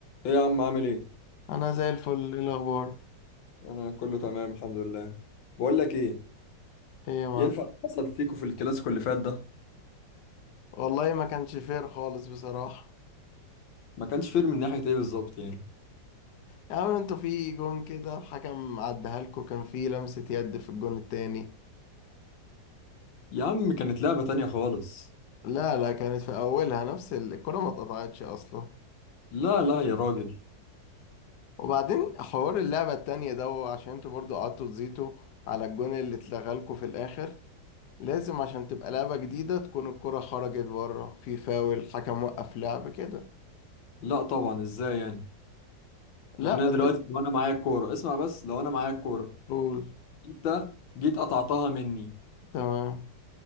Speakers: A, on the left (about 85°); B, on the left (about 65°).
A: ايه يا عم عامل ايه؟
B: انا زي الفل ايه الاخبار
A: انا كله تمام الحمد لله بقول لك ايه
B: ايه يا معلم
A: ينفع اللي حصل فيكو في الكلاسيكو اللي فات ده
B: والله ما كانش فير خالص بصراحه
A: ما كانش فير من ناحية ايه بالظبط يعني
B: يا عم انتوا في جون كده الحكم عدها لكم كان في لمسه يد في الجون التاني
A: يا عم كانت لعبة تانية خالص
B: لا لا كانت في اولها نفس ال- الكره ما اتقطعتش اصلا
A: لا لا يا راجل
B: وبعدين حوار اللعبه التانية ده عشان انتوا برضو قعدتوا تزيتوا على الجون اللي اتلغى لكم في الاخر لازم عشان تبقى لعبه جديده تكون الكره خرجت بره في فاول الحكم وقف لعب كده
A: لا طبعا ازاي يعني
B: لا
A: يعني انا دلوقتي
B: ده
A: لو انا معايا الكورة اسمع بس لو انا معايا الكورة
B: قول
A: انت جيت قطعتها مني
B: تمام